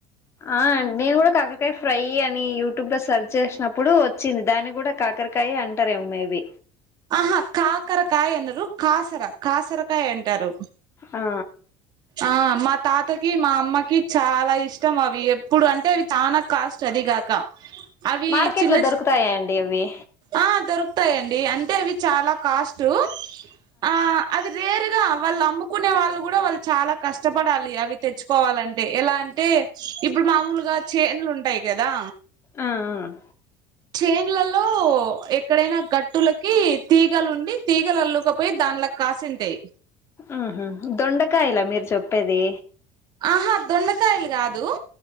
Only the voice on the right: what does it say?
అహ కాకరకాయ అనరు, కాసర కాసరకాయ అంటారు.
ఆ మా తాతకి మా అమ్మకి చాలా ఇష్టం అవి, ఎప్పుడు అంటే అవి చాన కాస్ట్ అదిగాక అవి
చిన్న
ఆ దొరుకుతాయండి, అంటే అవి చాలా కాస్ట్, ఆ అది వేరుగా వాళ్ళు అమ్ముకునే వాళ్ళు గుడా వళ్ చాలా కష్టపడాలి అవి తెచ్చుకోవాలంటే, ఎలా అంటే ఇప్పుడు మామూలుగా చేన్లుంటాయి కదా
చైన్లలో ఎక్కడైన గట్టులకి తీగలు తీగల్ అల్లుకపోయి దాండ్లకు కాసింటాయి
ఆహా దొండకాయిలు కాదు